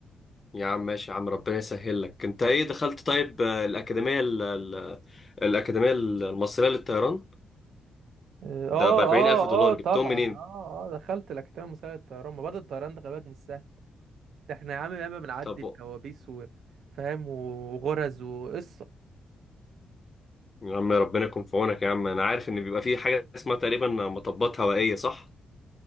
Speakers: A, on the left; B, on the right.
A: يا عم ماشي يا عم ربنا يسهل لك انت ايه دخلت طيب آه، الاكاديميه ال- ال- الاكاديميه المصريه للطيران
B: اه اه
A: ده ب 40000 دولار
B: اه آه، طبعا
A: جبتهم منين
B: اه اه دخلت الاكاديميه المصريه للطيران ما برضه الطيران ده خلي بالك مش سهل ده احنا يا عم ياما بنعدي
A: طب
B: بكوابيس وفاهم وغرز وقصه
A: يا عم ربنا يكون في عونك يا عم انا عارف ان بيبقى في حاجه اسمها تقريبا مطبات هوائيه صح